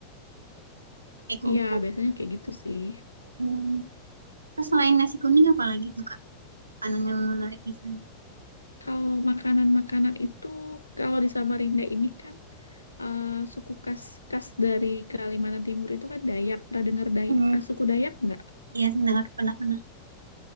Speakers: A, on the right (about 80°); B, on the left (about 85°).
A: tempe kerupuk
B: Iya, biasanya kayak gitu sih.
A: Hmm. terus selain nasi kuning apa lagi tuh kak makanan yang menarik di sana
B: Kalau makanan-makanan itu kalau di Samarinda ini kan eh, suku khas khas dari Kalimantan Timur itu kan Dayak. Pernah dengar Day-
A: Hmm,
B: eh, suku Dayak enggak?
A: iya mendengar pernah pernah